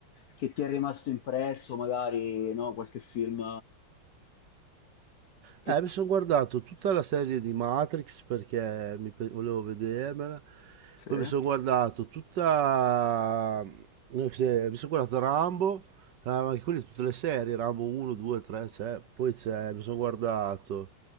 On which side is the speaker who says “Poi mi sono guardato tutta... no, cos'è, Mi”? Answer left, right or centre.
Right